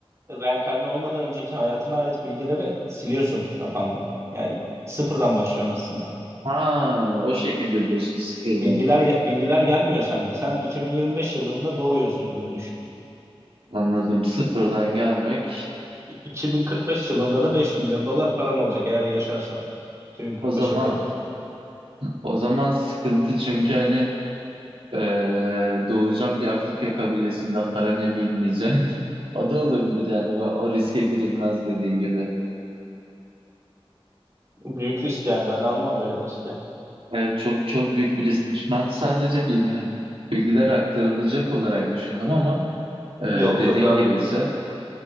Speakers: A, on the right; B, on the right.
A: reenkarne olmadan önceki hayatına ait bilgileri siliyorsun kafandan. Yani sıfırdan başlıyorsun aslında.
B: Ha, o şekilde diyorsun sıfırdan.
A: Bilgiler ge- bilgiler gelmiyor sende. Sen 2025 yılında doğuyorsun gibi düşün.
B: Anladım. Sıfırdan gelmek.
A: İ- 2045 yılında da 5 milyon dolar paran olacak eğer yaşarsan 2045'e
B: O zaman
A: kadar.
B: o zaman sıkıntı çünkü hani eee doğacağım bir Afrika kabilesinde para ne bilmeyeceğim. <laughs> O da olabilir yani ve o riske girilmez dediğin gibi.
A: Büyük risk yani ben almam böyle bir riski.
B: Evet çok çok büyük bir riskmiş. Ben sadece bil, hani bilgiler aktarılacak olarak düşündüm ama eee,
A: Yok
B: dediğin
A: yok abi.
B: gibi
A: Ee,
B: ise